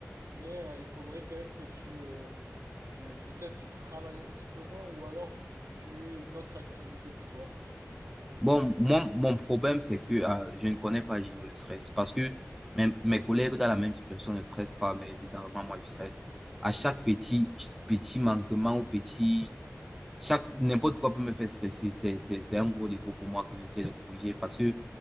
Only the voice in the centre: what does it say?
Bon, moi, mon problème, c'est que ah, je ne connais pas gérer le stress parce que mes, mes collègues dans la même situation ne stressent pas, mais bizarrement, moi, je stresse. À chaque petit, petit manquement ou petit, chaque, n'importe quoi peut me faire stresser. C'est, c'est, c'est un gros défaut pour moi que j'essaie de corriger parce que